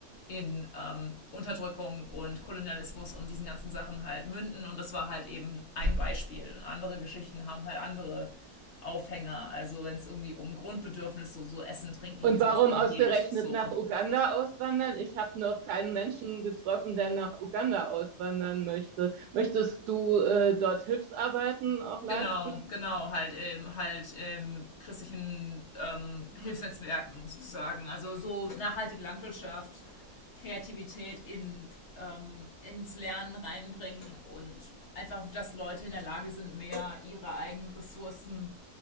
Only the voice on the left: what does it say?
in ähm, Unterdrückung und Kolonialismus und diesen ganzen Sachen halt münden. Und das war halt eben ein Beispiel. Und andere Geschichten haben halt andere Aufhänger. Also wenn es irgendwie um Grundbedürfnisse, so, so Essen, Trinken
und sowas
dann
geht, so.
Genau, genau, halt ähm, halt ähm, christlichen ähm, Hilfsnetzwerken sozusagen. Also so nachhaltige Landwirtschaft, Kreativität in, ähm, ins Lernen reinbringen und einfach, dass Leute in der Lage sind, mehr ihre eigenen Ressourcen